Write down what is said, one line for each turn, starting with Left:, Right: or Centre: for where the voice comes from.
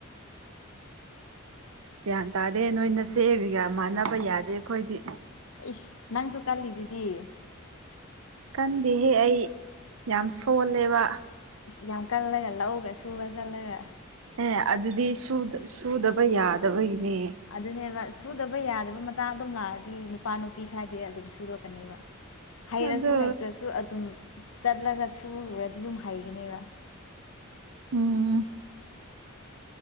Right: ꯒ꯭ꯌꯥꯟ ꯇꯥꯗꯦ ꯅꯣꯏꯅ ꯆꯦꯒ ꯃꯥꯟꯅꯕ ꯌꯥꯗꯦ ꯑꯩꯈꯣꯏꯗꯤ
Left: ꯏꯁꯁ ꯅꯪꯁꯨ ꯀꯜꯂꯤꯗꯨꯗꯤ
Right: ꯀꯟꯗꯦꯍꯦ ꯑꯩ ꯌꯥꯝ ꯁꯣꯜꯂꯦꯕ
Left: ꯌꯥꯝ ꯀꯜꯂꯒ ꯂꯧꯒ ꯁꯨꯕ ꯆꯜꯂꯒ
Right: ꯑꯦ ꯑꯗꯨꯗꯤ ꯁꯨꯗꯕ ꯌꯥꯗꯕꯒꯤꯅꯦ
Left: ꯑꯗꯨꯅꯦꯕ ꯁꯨꯗꯕ ꯌꯥꯗꯕ ꯃꯇꯥꯡ ꯑꯗꯨꯝ ꯂꯥꯛꯔꯗꯤ ꯅꯨꯄꯥ ꯅꯨꯄꯤ ꯈꯔꯗꯤ ꯑꯗꯨꯝ ꯁꯨꯗꯣꯛꯀꯅꯦꯕ ꯍꯩꯔꯁꯨ
Right: ꯑꯗꯨ
Left: ꯍꯩꯇ꯭ꯔꯁꯨ ꯑꯗꯨꯝ ꯆꯠꯂꯒ ꯁꯨꯔꯗꯤ ꯑꯗꯨꯝ ꯍꯩꯒꯅꯦꯕ
Right: ꯎꯝ